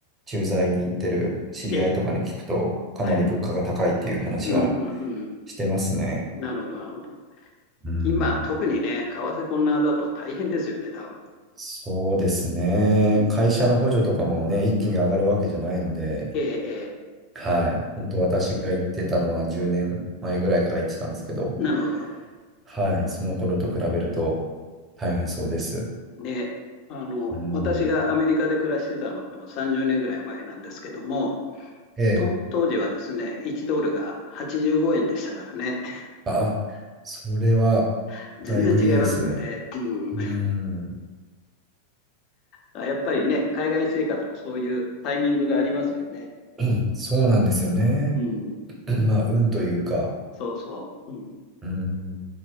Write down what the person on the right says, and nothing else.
駐在に行ってる知り合いとかに聞くと、
かなり物価が高いっていう話は
してますね。
うん、
そうですね。
会社の補助とかもね、一気に上がるわけじゃないので、
はい。本当私が行ってたのは10年前ぐらいから行ってたんですけど、
はい。その頃と比べると大変そうです。
うん。
ええ
あ、それは、
だいぶいいですね。
うん、
<clears throat> そうなんですよね。
<clears throat> まあ、運というか、
うん。